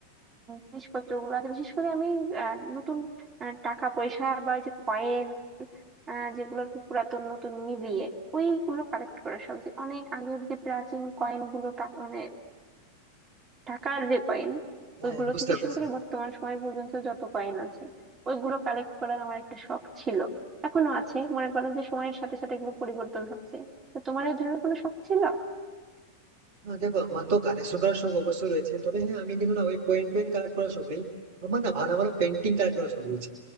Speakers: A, on the right; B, on the right.
A: জিনিসপত্র গুলো আছে বিশেষ করে আমি আহ, নতুন আহ, টাকা পয়সা বা এই যে কয়েন আহ যেগুলো আর কি পুরাতন নতুন মিলিয়ে ওইগুলো কালেক্ট করা সহজ অনেক আগের যে প্রাচীন কয়েন গুলো টা- মানে টাকার যে কয়েন
B: হ্যাঁ
A: ওইগুলো
B: বুঝতে
A: থেকে
B: পারছি
A: শুরু করে বর্তমান সময় পর্যন্ত যত কয়েন আছে ওইগুলো কালেক্ট করার আমার একটা শখ ছিল এখনো আছে মনে করো যে সময়ের সাথে সাথে এগুলো পরিবর্তন হচ্ছে তো তোমার এই ধরনের কোনো শখ ছিল
B: আহ, দেখো আমার তো কালেকশন করার শখ অবশ্যই রয়েছে তবে হ্যাঁ আমি কিন্তু না ওই কয়েন টয়েন কালেক্ট করার শখ নেই আমার না ভালো ভালো পেন্টিং কালেক্ট করার শখ রয়েছে